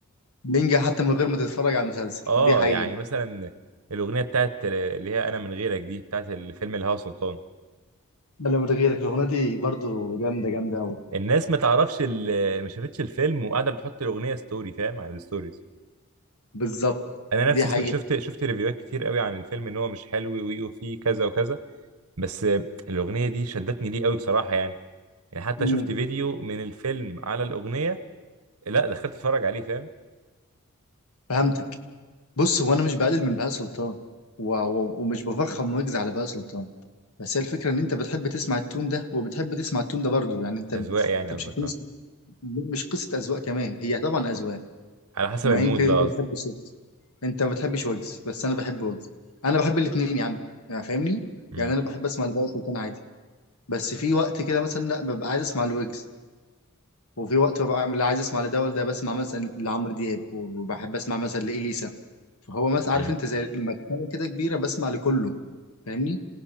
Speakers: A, on the left; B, on the right.
A: نينجا حتى من غير ما تتفرج على المسلسل
B: اه
A: دي حقيقة
B: يعني مثلا الاغنيه بتاعت اللي هي انا من غيرك دي بتاعت الفيلم الهوى سلطان
A: ولا من غيرك الأغنية دي برضو جامدة جامدة أوي
B: الناس ما تعرفش ال... ما شافتش الفيلم وقاعده بتحط الاغنيه ستوري فاهم على الستوريز
A: بالظبط
B: انا
A: دي
B: نفسي
A: حقيقة
B: سم... شفت شفت ريفيوهات كتير قوي عن الفيلم ان هو مش حلو وي- وفيه كذا وكذا بس الأغنية دي شدتني ليه قوي بصراحة يعني يعني حتى
A: مم.
B: شفت فيديو من الفيلم على الأغنية لا دخلت اتفرج عليه فاهم
A: فهمتك بص هو أنا مش بقلل من بهاء سلطان و... و... ومش بفخم ويجز على بهاء سلطان بس هي الفكرة إن أنت بتحب تسمع التون ده وبتحب تسمع التون ده برضو يعني أنت
B: أذواق
A: أنت
B: يعني قصدك
A: مش هتمس...
B: اه
A: مش قصة أذواق كمان هي طبعا أذواق
B: على حسب
A: ما
B: المود
A: يمكن أنت
B: بقى
A: بتحب
B: قصدك
A: انت ما بتحبش ويجز بس انا بحب ويجز انا بحب الاثنين يا عم يعني فاهمني
B: امم
A: يعني انا بحب اسمع الفايس والتاني عادي بس في وقت كده مثلا لا ببقى عايز اسمع الويجز وفي وقت ببقى لا عايز اسمع لده ولا ده بسمع مثلا لعمرو دياب وبحب اسمع مثلا لإليسا فهو مثلا عارف
B: امم
A: انت زي المكتبه كده كبيره بسمع لكله فاهمني